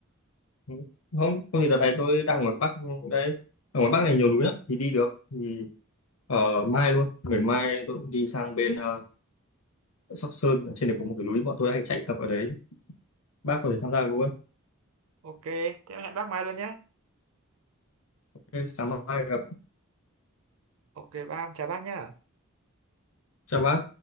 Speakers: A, on the left (about 80°); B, on the right (about 80°).
A: Ừ. không không thì đợt này tôi đang ở ngoài Bắc đây ở ngoài Bắc này nhiều núi lắm thì đi được thì ở mai luôn ngày mai tôi cũng đi sang bên ờ, Sóc Sơn ở trên này có một cái núi bọn tôi hay chạy tập ở đấy bác có thể tham gia được luôn
B: ok thế em hẹn bác mai luôn nhé
A: ok sáng mai gặp
B: ok bác em chào bác nhá
A: chào bác